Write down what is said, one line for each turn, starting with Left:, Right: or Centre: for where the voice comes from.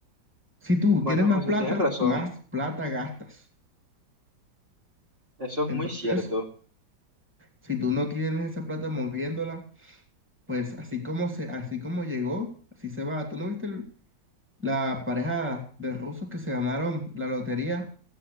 Centre: Si tú
Right: Bueno,
Centre: tienes más
Right: o sea,
Centre: plata,
Right: tienes razón,
Centre: más plata gastas.
Right: eso es
Centre: Entonces,
Right: muy cierto.
Centre: si tú no tienes esa plata moviéndola, Pues así como se, así como llegó, así se va. ¿Tú no viste el- la pareja de rusos que se ganaron la lotería